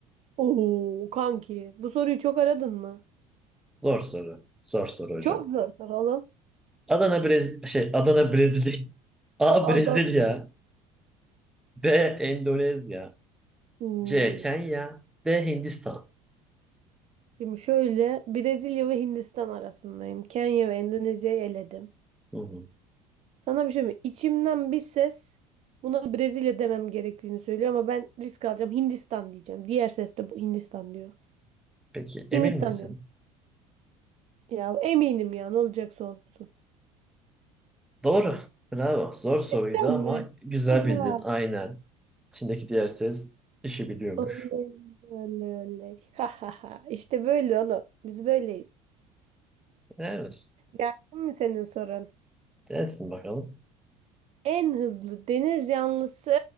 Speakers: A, on the right; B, in the centre.
A: Oo, kanki. Bu soruyu çok aradın mı?
B: Zor soru. Zor soru hocam.
A: Çok zor soru oğlum.
B: Adana Brez şey Adana Brezilya. <laughs> A
A: <laughs>
B: Brezilya,
A: Adam.
B: B Endonezya,
A: Oo.
B: C Kenya, D Hindistan.
A: Şimdi şöyle Brezilya ve Hindistan arasındayım. Kenya ve Endonezya'yı eledim.
B: Hı hı.
A: Sana bir şey mi? İçimden bir ses buna Brezilya demem gerektiğini söylüyor ama ben risk alacağım. Hindistan diyeceğim. Diğer ses de bu Hindistan diyor.
B: Peki emin
A: Hindistan
B: misin?
A: diyorum. Ya eminim ya ne olacaksa olsun.
B: Doğru. Bravo. Zor soruydu
A: Ben
B: ama
A: mi?
B: güzel
A: Oha.
B: bildin. Aynen. İçindeki diğer ses işi biliyormuş.
A: Oley, oley, oley. Ha ha ha. İşte böyle oğlum. Biz böyleyiz.
B: Evet.
A: Gelsin mi senin sorun?
B: Gelsin bakalım.
A: En hızlı deniz canlısı